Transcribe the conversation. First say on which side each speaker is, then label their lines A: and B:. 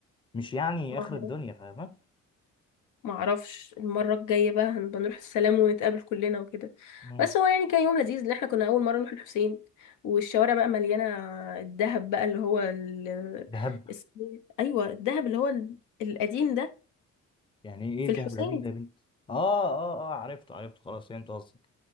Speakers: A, on the left; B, on the left.
A: مش يعني اخر
B: آه.
A: الدنيا فاهمه
B: معرفش المرة الجاية بقى هنبقى نروح السلام ونتقابل كلنا وكده
A: مم.
B: بس هو يعني كان يوم لذيذ لان احنا كنا أول مرة نروح الحسين والشوارع بقى مليانة الذهب بقى اللي هو ال...
A: دهب
B: الس- أيوة الذهب اللي هو ال- القديم ده
A: يعني ايه
B: في
A: الدهب
B: الحسين
A: القديم ده يا بنتي اه اه اه عرفته عرفته خلاص فهمت قصدك